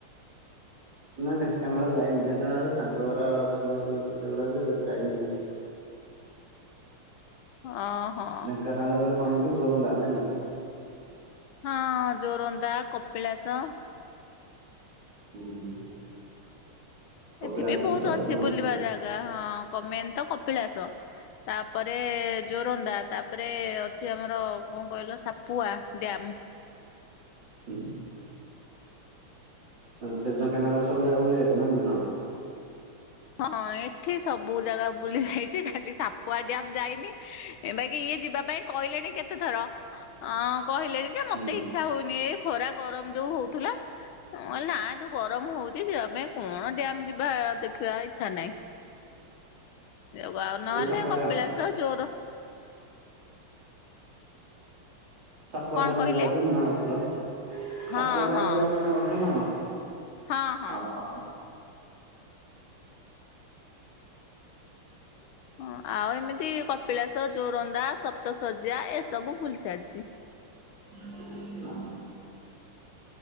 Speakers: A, on the right (about 55°); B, on the left (about 75°).
A: ନା ଢେଙ୍କାନାଳ ଯାଇନି ଢେଙ୍କାନାଳରେ ସାଙ୍ଗ ଗୁରା ଅଛନ୍ତି କେତେଗୁଡା ଯେ ଯାଇନି <unintelligible> ବିୟ ହଁ <inaudible>
B: ଓହୋ।
A: ଢେଙ୍କାନାଳରେ କଣ କି ଜରନ୍ଦା ନାଇକି?
B: ହଁ ଜୋରନ୍ଦା, କପିଳାସ
A: ହୁଁ <inaudible> କପିଳାସ
B: ଏଥିପ ବହୁତ
A: ଯିବା କୋଉଦିନ
B: ଅଛି
A: ହଉଛି
B: ବୁଲିବା ଜାଗା ହଁ କମେନ୍ ତ କପିଳାସ ତାପରେ ଜୋରନ୍ଧା ତାପରେ ଅଛି ଆମର କଣ କହିଲ ସାପୁଆ ଡ୍ୟାମ
A: ହୁଁ। ସେ ଢେଙ୍କାନାଳରେ ସବୁ ଜାଗା ବୁଲି ଯାଇଛ ନା ବୁଲିନ?
B: ହଁ ଏଠି ସବୁ ଜାଗା ବୁଲି ଯାଇଛି କାଲି ସାପୁଆ ଡ୍ୟମ୍ ଯାଇନି ଏ ବାକି ଇଏ ଯିବା ପାଇଁ କହିଲେଣି କେତେଥର ହଁ କହିଲେଣି ଯେ ମତେ
A: ହୁଁ
B: ଇଚ୍ଛା ହଉନି ଏ ଖରା ଗରମ ଯୋଉ ହଉଥିଲା ନା ଯୋଉ ଗରମ ହଉଛି ଯିବା ପାଇଁ କଣ ଡ୍ଯାମ୍ ଯିବା ଦେଖିବା ଇଚ୍ଛା ନାହିଁ <unintelligible> ଯଗା ନହେଲେ
A: ଏଇ ସାପୁଆ
B: କପିଳାସ
A: ଡ୍ୟାମ୍
B: ଚୋର
A: ସାପୁଆ
B: କଣ
A: ଡ୍ୟାମ୍
B: କହିଲେ
A: ଯିବାକୁ ମନା କରୁଥିଲା ସାପୁଆ
B: ହଁ
A: ଡ୍ୟାମ୍
B: ହଁ।
A: ଯିଵାକୁ ମନା କରୁଥିଲୁ ନା କଣ
B: ହଁ ହଁ।
A: ଆ ହା
B: ହଁ ଆଉ ଏମିତି କପିଳାସ ଜୋରନ୍ଦା ସପ୍ତ ଶର୍ଯ୍ୟା ଏସବୁ ଭୁଲି ସାରିଛି
A: ହଁ ହଁ।